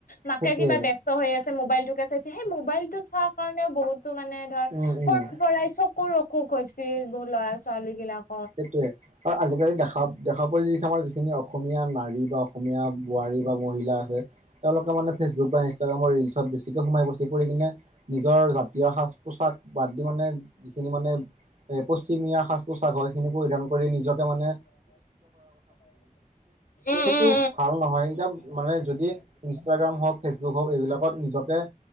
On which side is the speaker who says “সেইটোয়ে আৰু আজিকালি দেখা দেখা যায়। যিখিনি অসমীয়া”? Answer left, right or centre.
Right